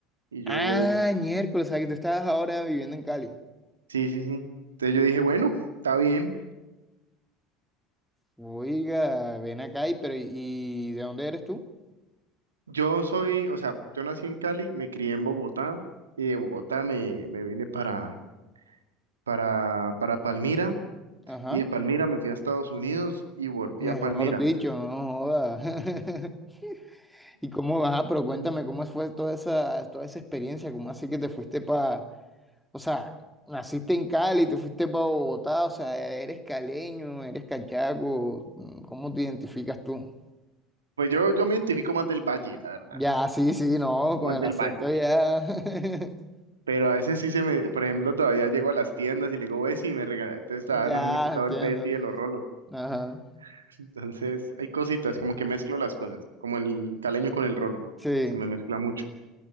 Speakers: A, on the right; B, in the centre.
A: Y yo,
B: Ah, miércoles, o sea que tú estabas ahora viviendo en Cali.
A: sí, sí, sí. Entonces yo dije, bueno, está bien.
B: Oiga, ven acá y, pero, ¿y de dónde eres tú?
A: Yo soy, o sea, yo nací en Cali, me crié en Bogotá y de Bogotá me, me vine para, para, para Palmira
B: Ajá.
A: y de Palmira me fui a Estados Unidos y volví
B: Mejor
A: a Palmira.
B: dicho, no joda. <laughs> ¿Y cómo vas? Pero cuéntame,
A: Mm.
B: ¿cómo fue toda esa, toda esa experiencia? ¿Cómo así que te fuiste para O sea, naciste en Cali, te fuiste para Bogotá, o sea, eres caleño, eres cachaco, mm, ¿cómo te identificas tú?
A: Pues yo, yo me identifico más del Valle, la verdad.
B: Ya, sí, sí, no, con
A: Más
B: el
A: del
B: acento
A: Valle.
B: ya, <laughs>
A: Pero a veces sí se me, por ejemplo, todavía llego a las tiendas y le digo Bessie y me regala, entonces todavía
B: ya,
A: no se me ha quitado
B: entiendo.
A: el Bessie de los rolos.
B: Ajá,
A: <laughs> Entonces hay cositas, como que mezclo las cosas, como el caleño con el rolo,
B: sí.
A: se me mezcla mucho.